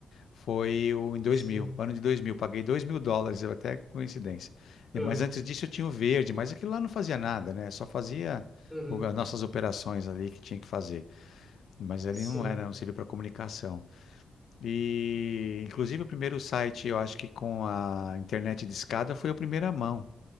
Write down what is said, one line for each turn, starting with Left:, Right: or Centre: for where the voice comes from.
Left: Foi o, em dois
Centre: sim,
Left: mil, ano de dois mil, Paguei dois mil dólares, eu até coincidência. E-
Centre: uhum,
Left: Mas antes disso eu tinha o verde, mas aquilo lá não fazia nada, né? Só fazia
Centre: uhum,
Left: o- as nossas operações ali que tinha que fazer. Mas ele
Centre: sim,
Left: não era, não servia para comunicação. E, inclusive, o primeiro site, eu acho que com a internet de escada foi o primeiro a primeira mão.